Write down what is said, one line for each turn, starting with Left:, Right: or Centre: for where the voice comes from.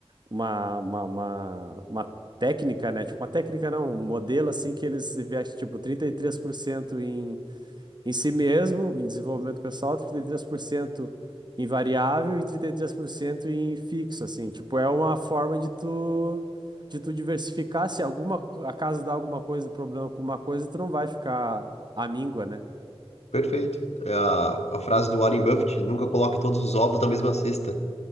Right: uma, uma, uma, uma técnica, né? Tipo, uma técnica não, um modelo assim que eles investem, tipo, 33% em si mesmo, em desenvolvimento pessoal, 33% em variável e 33% em fixo, assim. Tipo, é uma forma de tu de tu diversificar, se alguma co- acaso dá alguma coisa, problema com uma coisa, tu não vai ficar amíngua, né?
Left: Perfeito. É a, a frase do Warren Buffett, nunca coloque todos os ovos na mesma cesta.